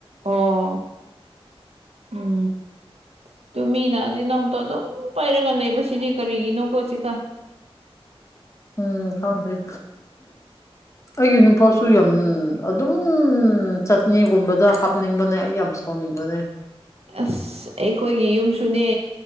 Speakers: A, on the right; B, on the left.
A: ꯑꯣ ꯎꯝ ꯑꯗꯨ ꯃꯤꯅ ꯏꯅꯣꯝꯇꯣ ꯑꯗꯨꯝ ꯄꯥꯏꯔꯒ ꯂꯩꯕꯁ ꯁꯤꯅꯦ ꯀꯔꯤꯒꯤꯅꯣꯀꯣ ꯁꯤꯒ
B: ꯎꯝ ꯈꯥꯎꯗꯔꯤ ꯑꯩꯒꯤ ꯅꯨꯄꯥꯁꯨ ꯌꯥꯝ ꯑꯗꯨꯝ ꯎꯝ ꯆꯠꯅꯤꯒꯨꯝꯕꯗꯣ ꯍꯥꯞꯅꯤꯡꯕꯅꯦ ꯑꯩ ꯌꯥꯝ ꯁꯥꯎꯅꯤꯡꯕꯅꯦ
A: ꯑꯁ ꯑꯩꯈꯣꯏꯒꯤ ꯌꯨꯝꯁꯨꯅꯦ